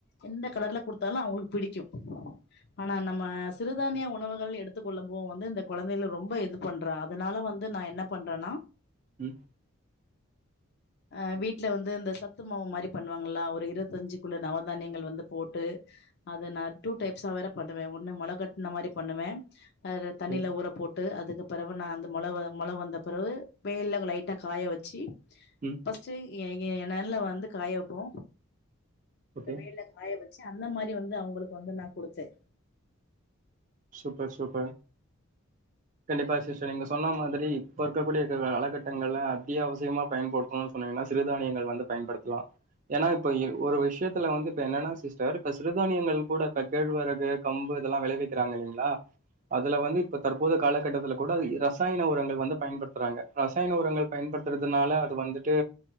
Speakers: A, on the left; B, on the right.
A: எந்த கலர்ல குடுத்தாலு அவங்களுக்கு பிடிக்கு ஆனா நம்ம சிறுதானிய உணவுகள்னு எடுத்துக் கொள்ளம் போ வந்து இந்த கொழந்தைல ரொம்ப இது பண்ற அதனால வந்து நா என்ன பண்றேனா
B: உம்
A: அ வீட்டுல வந்து இந்த சத்து மாவு மாரி பண்ணுவாங்களா ஒரு இருபத்தஞ்சு குள்ள நவதானியங்கள் வந்து போட்டு அத நா டூ டைப்ஸா வேற பண்ணுவே ஒண்ணு மொள கட்டுன மாரி பண்ணுவே அத தண்ணியில
B: ஓகே
A: ஊர போட்டு டு அதுக்கு பேறவு நா அந்த மொளவு மொளவு வந்த பிறவு வெயலில லைட்டா காய வச்சு
B: ம்
A: ஃபர்ஸ்ட்டு ஏ என் என்னல்ல வந்து காய வெப்போ அப்பறமேல
B: ஓகே
A: வாய வெ அந்த மாதிரி வந்து அவங்களுக்கு வந்து நா கொடுத்தேன்
B: சூப்பர் சூப்பர் கண்டிப்பா சிஸ்டர் நீங்க சொன்ன மாதிரி இப்ப இருக்கக்கூடிய காலகட்டங்கள அத்தியாவசியமா பயன்படுத்தணும்னு சொன்னீங்கன்னா சிறுதானியங்கள் வந்து பயன்படுத்தலா ஏன்னா இப்ப ஒரு விஷயத்துல வந்து இப்ப என்னன்னா சிஸ்டர் இப்ப சிறுதானியங்கள் கூட இப்ப கேழ்வரகு கம்பு இதெல்லா விளைவிக் கிறாங்க இல்லைங்களா அதுல வந்து இப்ப தற்போது காலகட்டத்துல கூட ரசாயன உரங்கள் வந்து பயன்படுத்துறாங்க ரசாயன உரங்கள் பயன்படுத்துறதுனால அது வந்துட்டு